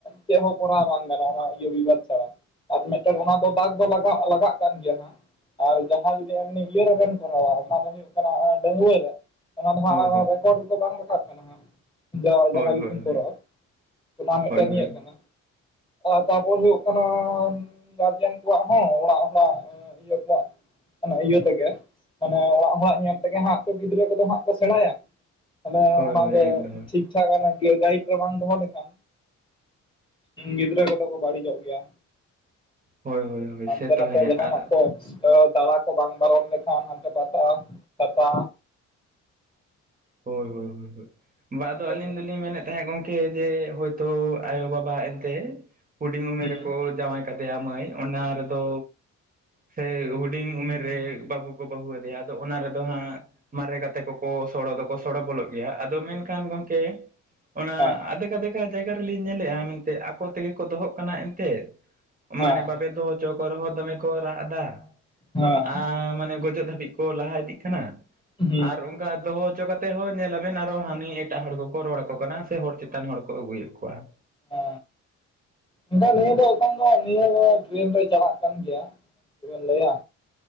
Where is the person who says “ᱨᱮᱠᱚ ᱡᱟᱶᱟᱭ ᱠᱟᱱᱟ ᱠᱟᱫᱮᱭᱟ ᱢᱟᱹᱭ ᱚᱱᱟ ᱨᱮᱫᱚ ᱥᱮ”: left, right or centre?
Right